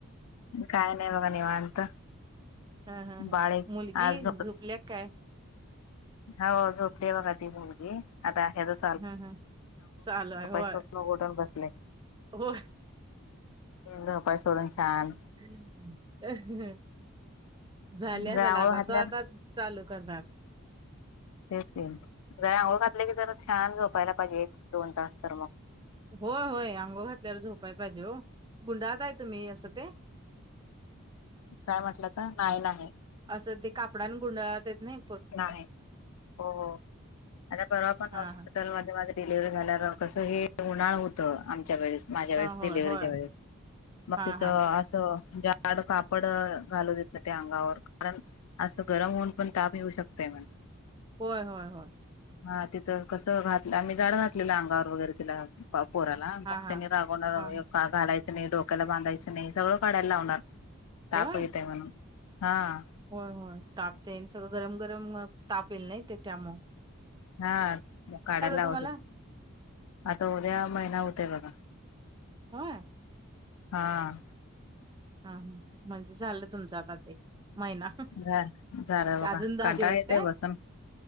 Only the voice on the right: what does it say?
हा हा हा
मुलगी
झोपल्या काय?
हूं हूं चालू आहेय होय
हो!
<unintelligible> झाले असल
आता,
तो आता चालू करणार.
होय, होय अंघोळ घातल्यावर झोपाय पाहिजे हो गुंडाळताय तुम्ही असं ते?
असं ते कापडांने गुंडाळतेत नही.
हा
हा
हा होय
होय
हा
हा
होय, होय, होय.
हा
हा
हा हा
होय
होय, होय, तापते सगळं गरम, गरम, मं ताप येल नही ते त्यामु
तुम्हाला
<unintelligible>
हा हा म्हणजे झालं तुमच आता ते महिना.
अजून दहा
दिवस
काय